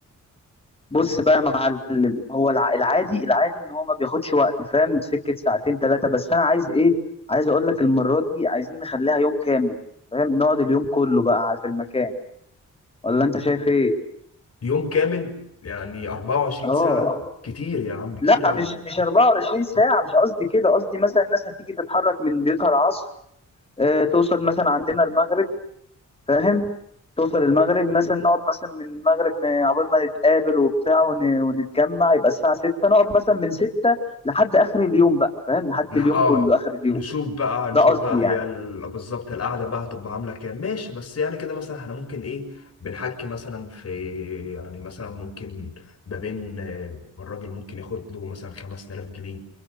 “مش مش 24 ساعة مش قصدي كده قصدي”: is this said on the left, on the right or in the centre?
Left